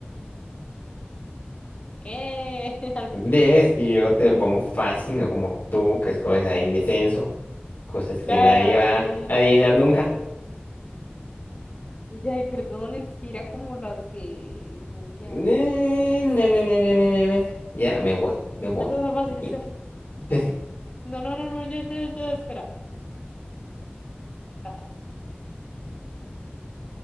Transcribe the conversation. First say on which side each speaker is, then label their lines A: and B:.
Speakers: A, on the left; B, on the left.
A: ¡Eh! <laughs> Al
B: Ves
A: fin.
B: que yo te lo pongo fácil, no como tú, que escoges ahí descenso, cosas que
A: Ay,
B: nadie va a adivinar
A: es
B: nunca.
A: que Ya, y perdón, es que era como las que podía.
B: Ne,
A: Ok, esta
B: ne,
A: está
B: ne,
A: fácil.
B: ne, ne, ne, ne. ne. Ya me voy, me voy.
A: Esta está fácil,
B: Siguiente.
A: esta está fácil.
B: <laughs>
A: No, no, no, no, no, ya, ya, ya, espera. Está fácil.